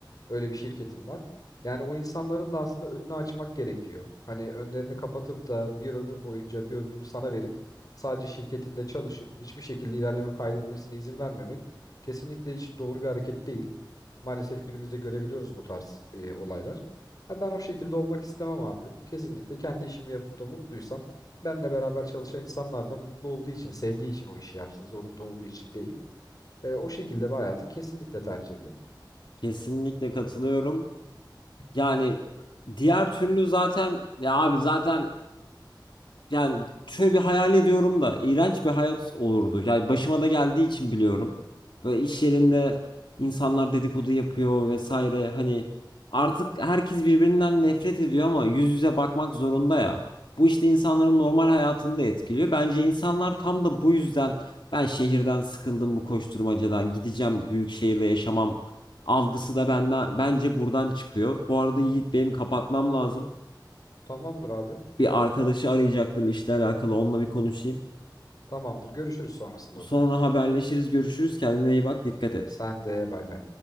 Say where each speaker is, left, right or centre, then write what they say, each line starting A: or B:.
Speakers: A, on the left; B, on the left.
A: Öyle bir şirketim var. Yani o insanların da aslında önünü açmak gerekiyor. Hani önlerini kapatıp da bir ömür boyunca bir ömrünü sana verip sadece şirketinde çalışıp hiçbir şekilde ilerleme kaydetmesine izin vermemek kesinlikle hiç doğru bir hareket değil. Maalesef günümüzde görebiliyoruz bu tarz e, olaylar. Ha, ben o şekilde olmak istemem abi. Kesinlikle kendi işimi yapıp da mutluysam benle beraber çalışan insanlar da mutlu olduğu için, sevdiği için o işi yapsın, zorunda olduğu için değil. E, o şekilde bir hayatı kesinlikle tercih ederim.
B: Kesinlikle katılıyorum. Yani diğer türlü zaten ya abi zaten Yani şöyle bir hayal ediyorum da iğrenç bir hayat olurdu. Yani başıma da geldiği için biliyorum. Böyle iş yerinde insanlar dedikodu yapıyor vesaire. Hani artık herkes birbirinden nefret ediyor ama yüz yüze bakmak zorunda ya. Bu işte insanların normal hayatını da etkiliyor. Bence insanlar tam da bu yüzden ben şehirden sıkıldım bu koşturmacadan gideceğim büyük şehirde yaşamam algısı da benden bence buradan çıkıyor. Bu arada Yiğit benim kapatmam lazım.
A: Tamamdır abi.
B: Bir arkadaşı arayacaktım işle alakalı onunla bir konuşayım.
A: Tamamdır. Görüşürüz sonrasında
B: Sonra
A: o zaman.
B: haberleşiriz, görüşürüz. Kendine iyi bak, dikkat et.
A: Sen de bay bay.